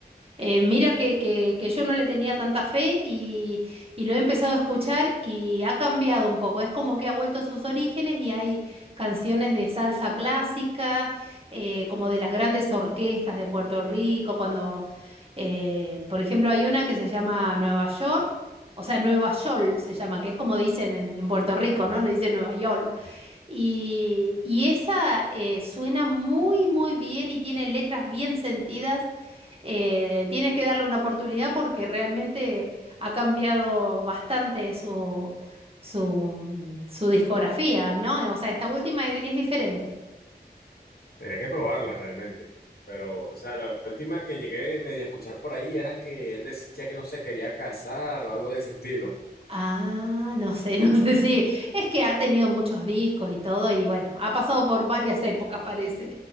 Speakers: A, on the right; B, on the left.
A: Eh, mira que, que- que yo no le tenía tanta fe y, y lo he empezado a escuchar y ha cambiado un poco. Es como que ha vuelto a sus orígenes y hay canciones de salsa clásica, eh, como de las grandes orquestas de Puerto Rico, cuando, eh, por ejemplo, hay una que se llama Nueva York, o sea, Nueva Yol se llama, que es como dicen en, en Puerto Rico, ¿no? Le dicen Nueva York. Y, y esa eh, suena muy, muy bien y tiene letras bien sentidas. Eh, tienes que darle una oportunidad porque realmente ha cambiado bastante su, su, mm, su discografía, ¿no? Eh, O sea, esta última es, es diferente.
B: tendría que probarla realmente. Pero, o sea, la última que llegué medio a escuchar por ahí era que él decía que no se quería casar o algo de ese estilo.
A: Ah, no sé, <laughs> no sé si. Es que ha tenido muchos discos y todo, y bueno, ha pasado por varias épocas, parece.